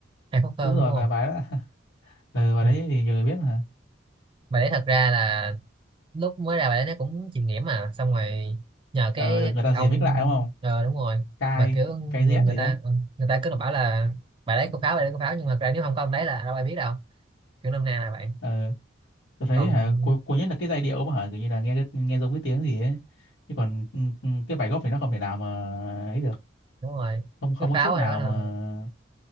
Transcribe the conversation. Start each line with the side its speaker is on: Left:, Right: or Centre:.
Right: hai phút hơn
Left: đúng rồi
Right: đúng không
Left: và bài đó <laughs> ừ, bài
Right: Ừ.
Left: đấy thì nhiều người biết mà
Right: bài đấy thật ra là lúc mới ra bài đấy nó cũng chìm nghiệm mà xong rồi nhờ cái
Left: ừ, được người ta
Right: ông
Left: remix lại đúng không
Right: ờ đúng rồi
Left: cai
Right: mà kiểu người,
Left: Kai Z
Right: người
Left: gì
Right: ta
Left: đó
Right: ừ, người ta cứ là bảo là bài đấy có pháo bài đấy có pháo nhưng mà thật ra nếu không có ông đấy là đâu ai biết đâu kiểu nôm na là vậy
Left: ừ. tôi thấy
Right: còn
Left: hả cuối cuối nhất là cái giai điệu mà hả kiểu như là nghe cái- nghe giống cái tiếng gì ấy chứ còn ừ, ừ, cái bài gốc thì nó không thể nào mà ấy được
Right: đúng rồi
Left: không không
Right: cái pháo
Left: có chút nào
Right: rồi đó là
Left: mà